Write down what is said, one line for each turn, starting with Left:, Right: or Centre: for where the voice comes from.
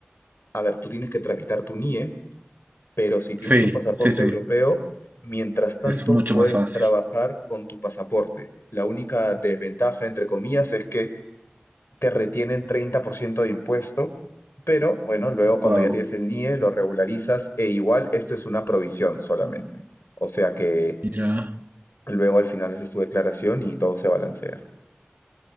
Left: a ver, tú tienes que tramitar tu NIE pero si tienes
Right: Sí,
Left: un pasaporte
Right: sí, sí.
Left: europeo, mientras tanto
Right: Es mucho
Left: puedes
Right: más fácil.
Left: trabajar con tu pasaporte. La única desventaja, entre comillas, es que te retienen 30% de impuesto, pero bueno, luego cuando
Right: Wow,
Left: ya tienes el NIE lo regularizas e igual esto es una provisión solamente. O sea que
Right: ya,
Left: luego al final haces tu declaración y todo se balancea.